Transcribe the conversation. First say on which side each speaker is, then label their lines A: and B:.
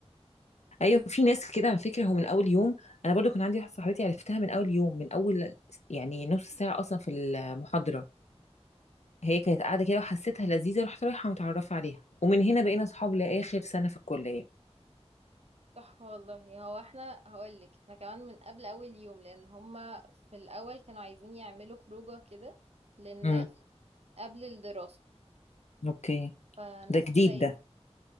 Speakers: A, on the left; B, on the right.
A: ايوه في ناس كده على فكرة هو من اول يوم انا برضو كان عندي واحدة صاحبتي عرفتها من اول يوم من اول يعني نص ساعة اصلا في المحاضرة هي كانت قاعدة كده وحسيتها لذيذة رحت رايحة متعرفة عليها ومن هنا بقينا اصحاب لاخر سنة في الكلية
B: تحفة والله هو احنا هقولك احنا كمان من قبل اول يوم لان هما في الاول كانوا عايزين يعملوا خروجة كده للناس
A: امم
B: قبل الدراسة
A: اوكي
B: فناس
A: ده جديد
B: قليل
A: ده